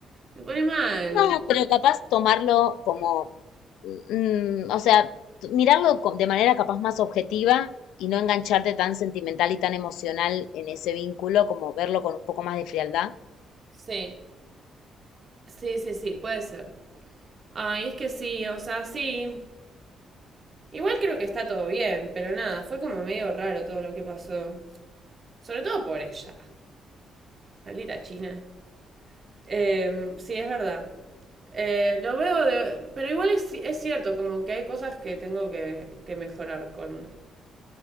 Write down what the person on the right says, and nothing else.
Me pone mal.
Sí, sí, sí, sí, puede ser. Ay, es que sí, o sea, sí. Igual creo que está todo bien, pero nada, fue como medio raro todo lo que pasó. Sobre todo por ella. Maldita China. Eh, sí, es verdad. Eh, lo veo de... Pero igual es, es cierto, como que hay cosas que tengo que, que mejorar con